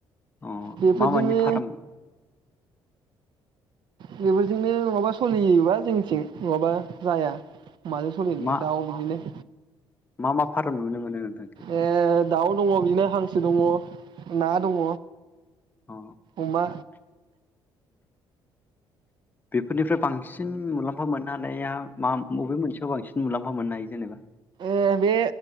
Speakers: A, on the left; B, on the right.
A: अ
B: बेफोरजोंनो
A: मा मानि फाराम?
B: बेफोरजोंनो नङाबा सोलिजोबा जोंनिथिं। नङाबा जाया माजों सोलिनो
A: मा
B: दाउ बिदिनो।
A: मा मा फार्म नुनो मोनो नोंथांखै?
B: ए दाउ दङ बिनो हांसो दङ, ना दङ
A: अ
B: अमा
A: बेफोरनिफ्राय बांसिन मुलाम्फा मोननो हानाया मा? बबे मोनसेयाव बांसिन मुलाम्फा मोननो हायो जेनेबा?
B: ए बे